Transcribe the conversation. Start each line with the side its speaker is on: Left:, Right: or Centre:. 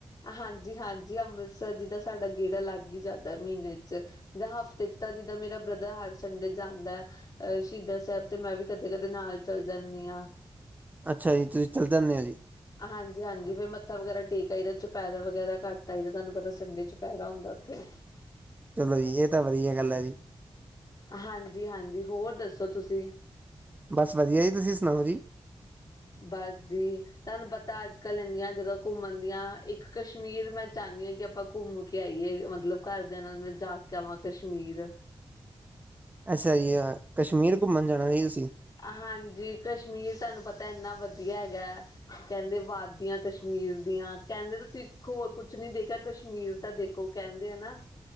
Left: ਹਾਂਜੀ- ਹਾਂਜੀ ਅੰਮ੍ਰਿਤਸਰ ਜਿਦਾ ਸਾਡਾ ਗੇੜਾ ਲੱਗ ਹੀ ਜਾਂਦਾ ਮਹੀਨੇ ਚ। ਜਾਂ ਹਫ਼ਤੇ ਚ ਤਾਂ ਜਿੱਦਾਂ ਮੇਰਾ ਬ੍ਰਦਰ ਹਰ ਸੰਡੇ ਜਾਂਦਾ ਹੈ ਅ ਸ਼ਹੀਦਾਂ ਸਾਹਿਬ ਤੇ ਮੈਂ ਵੀ ਕਦੇ- ਕਦੇ ਨਾਲ ਚੱਲ ਜਾਂਦੀ ਹਾਂ।
Right: ਅੱਛਾ ਜੀ, ਤੁਸੀਂ ਚਲ ਜਾਨੇ ਹੋ ਜੀ।
Left: ਹਾਂਜੀ- ਹਾਂਜੀ ਫੇਰ ਮੱਥਾ ਵਗੈਰਾ ਟੇਕ ਆਈਦਾ ਚੁਪ ਪੈਰਾ ਵਗੈਰਾ ਕੱਟ ਆਈ ਦਾ ਤੁਹਾਨੂੰ ਪਤਾ ਸੰਡੇ ਚੁਪਹਿਰਾ ਹੁੰਦਾ ਉੱਥੇ।
Right: ਚਲੋ ਜੀ ਇਹ ਤਾਂ ਵਧੀਆ ਗੱਲ ਹੈ ਜੀ।
Left: ਹਾਂਜੀ- ਹਾਂਜੀ ਹੋਰ ਦੱਸੋ ਤੁਸੀਂ?
Right: ਬਸ ਵਧੀਆ ਜੀ, ਤੁਸੀਂ ਸੁਣਾਓ ਜੀ?
Left: ਬਸ ਜੀ। ਤੁਹਾਨੂੰ ਪਤਾ ਅੱਜ ਕੱਲ ਇੰਨੀਆਂ ਜਗਾ ਘੁੰਮਣ ਦੀਆਂ ਇੱਕ ਕਸ਼ਮੀਰ ਮੈਂ ਚਾਹੁੰਦੀ ਹਾਂ ਕਿ ਆਪਾਂ ਘੁੰਮ ਕੇ ਆਈਏ, ਮਤਲਬ ਘਰਦਿਆਂ ਨਾਲ ਮੈਂ ਜਾ ਕੇ ਆਵਾਂ ਕਸ਼ਮੀਰ।
Right: ਅੱਛਾ ਜੀ ਕਸ਼ਮੀਰ ਘੁੰਮਣ ਜਾਣਾ ਜੀ ਤੁਸੀਂ।
Left: ਹਾਂਜੀ ਕਸ਼ਮੀਰ ਤੁਹਾਨੂੰ ਪਤਾ ਇੰਨਾ ਵਧੀਆ ਹੈਗਾ। ਕਹਿੰਦੇ ਵਾਧਦੀਆਂ ਕਸ਼ਮੀਰ ਦੀਆਂ, ਕਹਿੰਦੇ ਤੁਸੀਂ ਹੋਰ ਕੁਛ ਨਹੀਂ ਦੇਖਿਆ ਕਸ਼ਮੀਰ ਤਾਂ ਦੇਖ। ਖੋ ਕਹਿੰਦੇ ਆ ਨਾ।